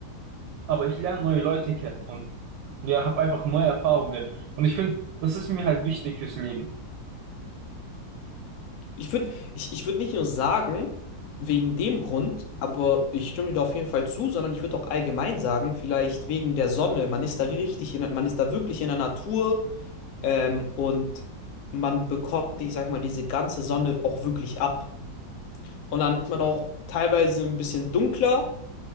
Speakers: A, on the right; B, on the left.
A: aber ich lerne neue Leute kennen und ja, habe einfach neue Erfahrungen. Und ich finde, das ist mir halt wichtig fürs Leben.
B: Ich würde ich, ich würd nicht nur sagen, wegen dem Grund, aber ich stimme dir da auf jeden Fall zu, sondern ich würde auch allgemein sagen, vielleicht wegen der Sonne. Man ist da richtig in, der- man ist da wirklich in der Natur, ähm, und man bekommt, ich sag mal, diese ganze Sonne auch wirklich ab. Und dann ist man auch teilweise ein bisschen dunkler,